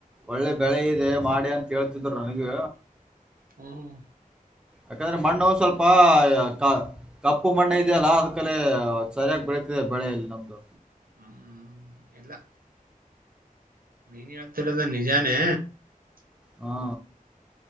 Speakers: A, in the centre; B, on the right.
A: ಒಳ್ಳೆ ಬೆಳೆ ಇದೆ ಮಾಡಿ ಅಂತ ಹೇಳುತ್ತಿದ್ದರು ನನಗೂ
B: ಹ್ಮ ಹ್ಮ
A: ಯಾಕಂದ್ರೆ ಮಣ್ಣು ಸ್ವಲ್ಪ ಕ ಕಪ್ಪು ಮಣ್ಣ ಇದೆಯಲ್ಲಾ ಅದ್ ಕಲೆ ಸರಿಯಾಗಿ ಬೆಳತಿದೆ ಬೆಳೆಯಲ್ಲಿ ನಮ್ದು
B: ಹ್ಮ್ ಎಲ್ಲಾ ನೀನ್ ಹೇಳ್ತಿರೋದ ನಿಜಾನೇ
A: ಹಾ